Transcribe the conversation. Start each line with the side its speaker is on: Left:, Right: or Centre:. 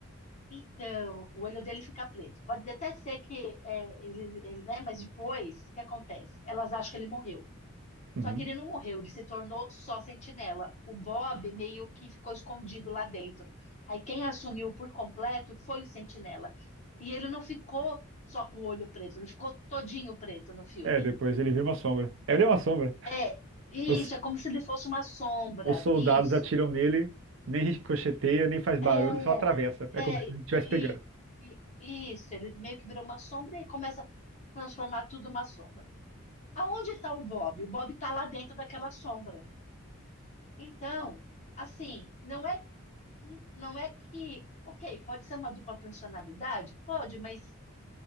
Left: então, o olho dele fica preto. Pode até ser que é, ele, ele, né? Mas depois, o que acontece? Elas acham que ele morreu.
Right: Uhum.
Left: Só que ele não morreu, ele se tornou só sentinela. O Bob meio que ficou escondido lá dentro. Aí quem assumiu por completo foi o sentinela. E ele não ficou só com o olho preto, ele ficou todinho preto no filme.
Right: É, depois ele vira uma sombra. Ele é uma sombra.
Left: É, isso,
Right: Os,
Left: é como se ele fosse uma sombra.
Right: os soldados
Left: Isso.
Right: atiram nele, nem ricocheteia, nem faz barulho,
Left: É,
Right: só atravessa. É
Left: é,
Right: como se ele estivesse
Left: e,
Right: pegando.
Left: e- isso, ele meio que virou uma sombra e começa a transformar tudo uma sombra. Aonde está o Bob? O Bob está lá dentro daquela sombra. Então, assim, não é N- Não é que, ok, pode ser uma dupla personalidade? Pode, mas,